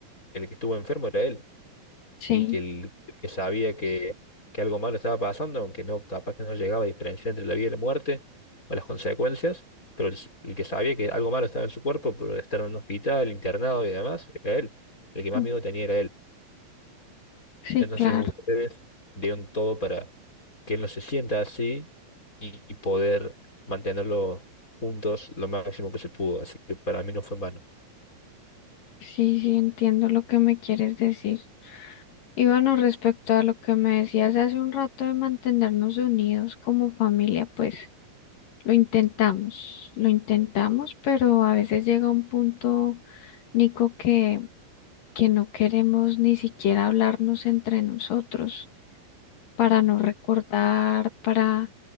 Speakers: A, on the left (about 20°); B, on the left (about 70°).
A: el que estuvo enfermo era él,
B: sí,
A: y que el, el que sabía que, que algo malo estaba pasando, aunque no, capaz que no llegaba a diferenciar entre la vida y la muerte o las consecuencias, pero el, el que sabía que algo malo estaba en su cuerpo por estar en un hospital, internado y demás, era él. El que más
B: mm,
A: miedo tenía era él.
B: sí,
A: Entonces
B: claro.
A: ustedes dieron todo para que él no se sienta así y y poder mantenerlo juntos lo máximo que se pudo. Así que para mí no fue en vano.
B: Sí, sí, entiendo lo que me quieres decir. Y bueno, respecto a lo que me decías hace un rato de mantenernos unidos como familia, pues lo intentamos, lo intentamos, pero a veces llega un punto, Nico, que, que no queremos ni siquiera hablarnos entre nosotros para no recordar, para